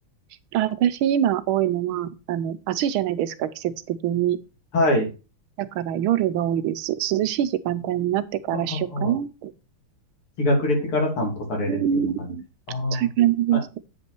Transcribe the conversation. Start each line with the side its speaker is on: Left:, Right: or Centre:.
Right: <laughs> あ、私今多いのは、あの、暑いじゃないですか、季節的に。
Left: はい。
Right: だから夜が多いです。涼しい時間帯になってからしようかなって。
Left: ははは。日が暮れてから散歩されるっていうような感じです。
Right: うん、
Left: ああ。
Right: そういう感じです。
Left: あ、